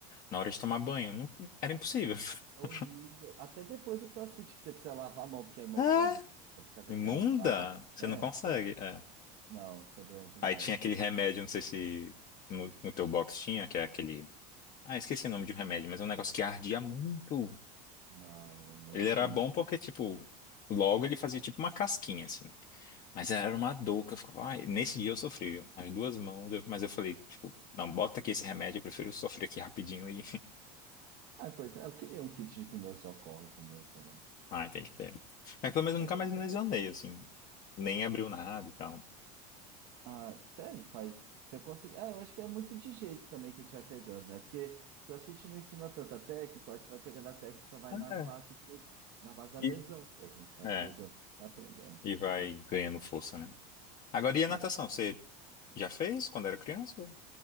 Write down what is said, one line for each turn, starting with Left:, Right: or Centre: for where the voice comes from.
Left: Na hora de tomar banho, não- era impossível.
Right: É horrível.
Left: <laughs>
Right: Até depois do CrossFit, que você precisa lavar a mão, porque a mão
Left: Ah,
Right: tá imunda por causa
Left: imunda!
Right: daquelas barras,
Left: Você
Right: né?
Left: não consegue. é.
Right: Não, fica doente demais.
Left: Aí tinha aquele remédio, não sei se no, no teu box tinha, que é aquele. Ah, esqueci o nome de um remédio, mas é um negócio que ardia muito.
Right: Não, não
Left: Ele
Right: tinha.
Left: era bom porque, tipo, logo ele fazia tipo uma casquinha, assim. Mas era uma dor que eu ficava, ai, nesse dia eu sofri, viu? as duas mãos, eu- mas eu falei, tipo, não, bota aqui esse remédio, eu prefiro sofrer aqui rapidinho e. <laughs>
Right: Ah, pois é, eu queria um kit de primeiros socorros no meu também.
Left: Ai, tem que ter. Mas pelo menos eu
Right: Mas,
Left: nunca mais me lesionei, assim. Nem abriu nada e tal.
Right: ah, sério, faz. Você consegue. Ah, eu acho que é muito de jeito também que a gente vai pegando, né? Porque CrossFit não ensina tanta técnica, aí você vai pegando a técnica, vai na
Left: É.
Right: base do, na base da lesão
Left: E,
Right: mesmo. Você vai
Left: é,
Right: se lesionando, você vai aprendendo.
Left: e vai
Right: Não faz-
Left: ganhando força, né? Agora, e a natação?
Right: Ah.
Left: Você já fez quando era criança? ou-